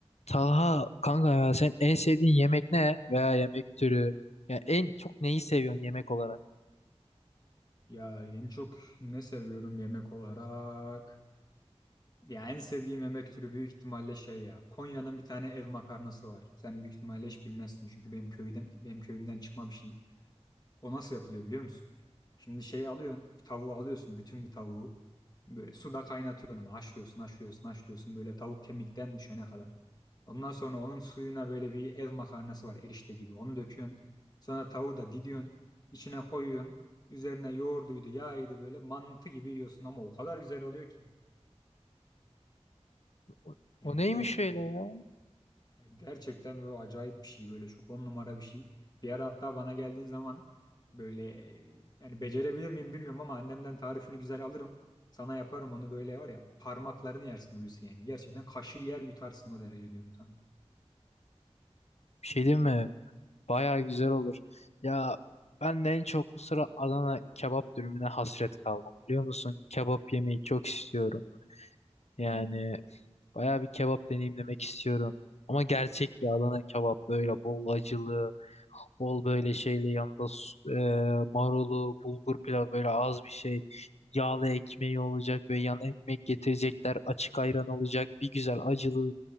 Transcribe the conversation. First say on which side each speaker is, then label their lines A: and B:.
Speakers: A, on the left; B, on the left.
A: Taha kanka ya sen en sevdiğin yemek ne veya yemek türü? Ya en çok neyi seviyorsun yemek olarak?
B: Ya en çok ne seviyorum yemek olarak? Ya en sevdiğim yemek türü büyük ihtimalle şey ya. Konya'nın bir tane ev makarnası var. Sen büyük ihtimalle hiç bilmezsin çünkü benim köyden benim köyümden çıkma bir şey. O nasıl yapılıyor biliyor musun? Şimdi şeyi alıyorsun, bir tavuğu alıyorsun, bütün bir tavuğu. Böyle suda kaynatıyorsun onu, haşlıyorsun, haşlıyorsun, haşlıyorsun böyle tavuk kemikten düşene kadar. Ondan sonra onun suyuna böyle bir ev makarnası var erişte gibi. Onu döküyorsun. Sonra tavuğu da didiyorsun. içine koyuyorsun. Üzerine yoğurduydu, yağıydı böyle mantı gibi yiyorsun ama o kadar güzel oluyor ki.
A: O,
B: Yani
A: o neymiş
B: gerçekten,
A: öyle ya?
B: yani gerçekten böyle acayip bir şey böyle çok on numara bir şey. Bir ara hatta bana geldiğin zaman böyle e, yani becerebilir miyim bilmiyorum ama annemden tarifini güzel alırım. Sana yaparım onu böyle var ya parmaklarını yersin Hulusi yani. Gerçekten kaşığı yer yutarsın o derece diyorum sana.
A: Bir şey değil mi? Baya güzel olur. Ya ben de en çok bu sıra Adana kebap dürümüne hasret kaldım biliyor musun? Kebap yemeyi çok istiyorum. Yani
B: Hmm.
A: baya bir kebap deneyimlemek istiyorum. Ama gerçek bir Adana kebap böyle bol acılı. Bol böyle şeyle yanında su- e, marulu, bulgur pilavı böyle az bir şey. Yağlı ekmeği olacak böyle yan ekmek getirecekler. Açık ayran olacak. Bir güzel acılı.